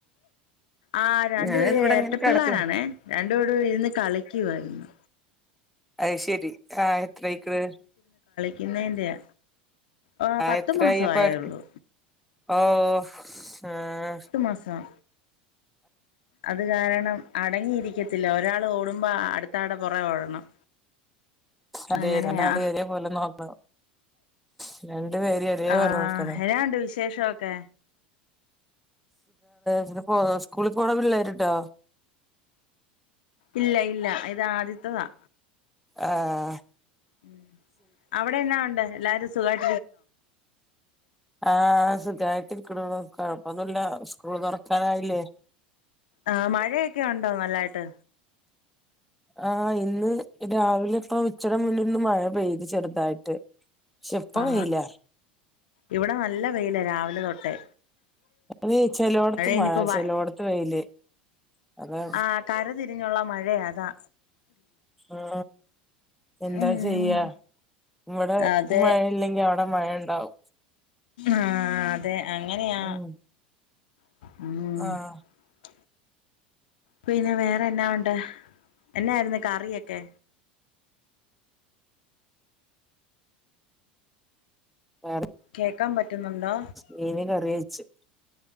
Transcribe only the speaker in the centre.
ഞാനിത്
ഇവിടെ
ഇങ്ങനെ കിടക്ക
അയ്ശരിരആഹ് എത്രയ്ക്ക്ണ്
എത്രയായിപ്പ
അവർക്ക്
ഓഹ് ഉം
അതെ
രണ്ടാളെയും ഒരേ പോലെ നോക്കണം <unintelligible> ഒരേ
പോലെ നോക്കണം
<unintelligible> സ്കൂളി പോണ പിള്ളേര്ണ്ടോ
ആഹ്
ആ സുഖായത്തിരിക്കുണു കുഴപ്പൊന്നല്ല സ്കൂള് തുറക്കാനായില്ലേ
ആ ഇന്ന് രാവിലെ ഇപ്പൊ ഉച്ചടെ മുന്ന് ഇന്ന് മഴ പെയ്ത് ചെറ്തായിട്ട് ശെപ്പ
വെയില
തേ ചെലോടത്ത്
മഴ
ചെലോടത്ത് വെയില് അതാ
ആ എന്താ
ചെയ്യ ഇവിടെ
മഴയില്ലെങ്കി അവിടെ മഴ ഇണ്ടാവും
ഉം
ആഹ്
കറി
മീന് കറിവെച്ചു